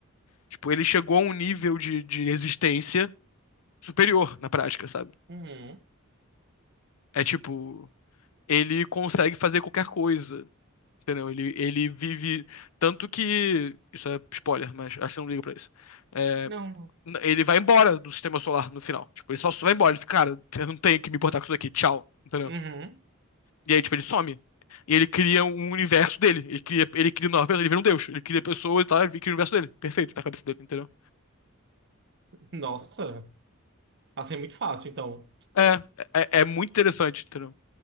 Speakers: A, on the left; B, on the right.
A: Tipo, ele chegou a um nível de, de existência superior na prática, sabe?
B: Uhum.
A: É tipo, ele consegue fazer qualquer coisa, entendeu? Ele, ele vive. Tanto que. Isso é spoiler, mas acho que eu não ligo pra isso. É,
B: Não.
A: n- ele vai embora do sistema solar no final. Tipo, ele só só vai embora. Ele fica, cara, eu não tenho que me importar com isso aqui, tchau, entendeu?
B: Uhum.
A: E aí, tipo, ele some. E ele cria um universo dele. Ele cria, ele cria nova pessoa, ele vira um deus. Ele cria pessoas e tal, ele cria o universo dele. Perfeito, tá na cabeça dele, entendeu?
B: Nossa. Assim é muito fácil, então.
A: É, é, é muito interessante, entendeu?